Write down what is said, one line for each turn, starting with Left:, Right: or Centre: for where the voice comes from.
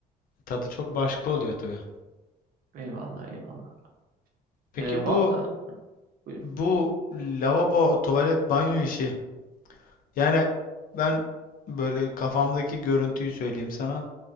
Left: tadı çok başka oluyor tabii.
Right: Eyvallah eyvallah.
Left: Peki
Right: E, valla
Left: bu
Right: buyur.
Left: bu lavabo, tuvalet, banyo işi. Yani ben böyle kafamdaki görüntüyü söyleyeyim sana.